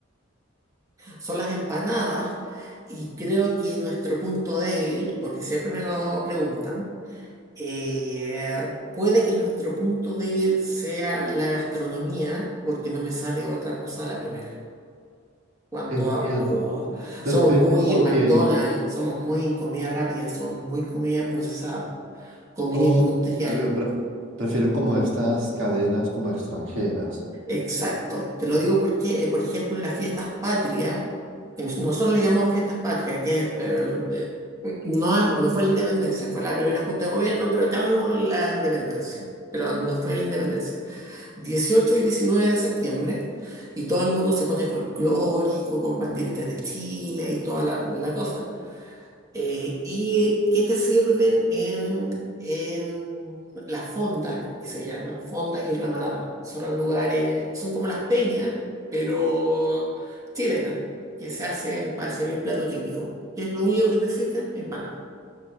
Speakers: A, on the right (about 15°); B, on the right (about 70°).
A: Son las empanadas y creo que nuestro punto débil, porque siempre me lo preguntan, Eh, puede que nuestro punto débil sea la gastronomía, porque no me sale otra cosa a la primera. Cuando
B: Entiendo.
A: hablo,
B: De
A: somos
B: repente
A: muy
B: porque,
A: McDonald's, somos muy comida rápida, somos muy comida procesada, comida
B: oh,
A: industrial.
B: ya veo, pref- prefieren como estas cadenas como extranjeras.
A: Exacto. Te lo digo porque, eh, por ejemplo, en las fiestas patrias, que nos- nosotros le llamamos fiestas patrias, que es, eh, eh, no, es- no fue la independencia, fue la primera junta de gobierno, pero llamémoslo la independencia, pero no fue la independencia. dieciocho y diecinueve de septiembre, y todo el mundo se pone folclórico, con banderitas de Chile y toda la, la cosa. Eh, ¿y qué te sirven en, en las fondas, que se llaman? Fondas y ramadas. Son los lugares, son como las peñas, pero chilenas, que se hacen para servir plato típico, que es lo único que te sirven en Panamá.